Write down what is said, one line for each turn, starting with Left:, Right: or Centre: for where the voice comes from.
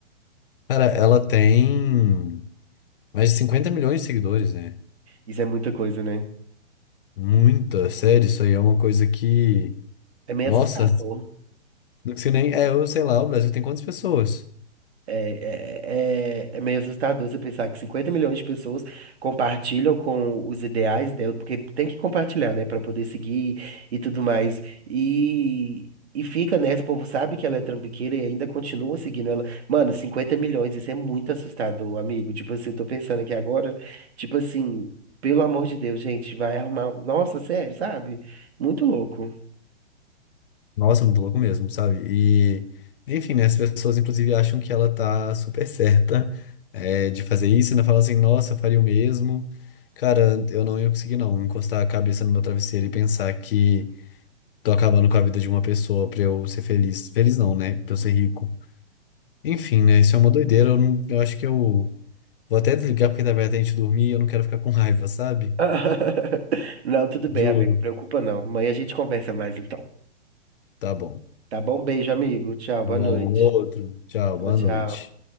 Left: Cara, ela tem mais de 50 milhões de seguidores, né?
Right: Isso é muita coisa, né?
Left: Muita, sério, isso aí é uma coisa que.
Right: É meio
Left: Nossa,
Right: assustador.
Left: não sei nem. É, eu sei lá, o Brasil tem quantas pessoas?
Right: É, é, é, é meio assustador você pensar que 50 milhões de pessoas compartilham com os ideais dela, porque tem que compartilhar, né, Pra poder seguir e tudo mais. E, e fica nessa, o povo sabe que ela é trambiqueira e ainda continua seguindo ela. Mano, 50 milhões, isso é muito assustador, amigo. Tipo assim, eu tô pensando aqui agora, tipo assim, pelo amor de Deus, gente, vai arrumar. um- Nossa, sério, sabe? Muito louco.
Left: Nossa, muito louco mesmo, sabe? E, enfim, né? As pessoas, inclusive, acham que ela tá super certa, é, de fazer isso, e ainda falam assim, nossa, eu faria o mesmo. Cara, eu não ia conseguir, não, encostar a cabeça no meu travesseiro e pensar que tô acabando com a vida de uma pessoa pra eu ser feliz. Feliz não, né? Pra eu ser rico. Enfim, né? Isso é uma doideira. Eu, não, eu acho que eu vou até desligar porque tá bem até a gente dormir e eu não quero ficar com raiva, sabe?
Right: <laughs> Não, tudo bem,
Left: Juro.
Right: amigo. Preocupa não. Amanhã a gente conversa mais então.
Left: Tá bom.
Right: Tá bom? Beijo, amigo. Tchau,
Left: Tá
Right: boa
Left: bom.
Right: noite.
Left: Outro. Tchau.
Right: Tchau,
Left: Boa
Right: tchau.
Left: noite.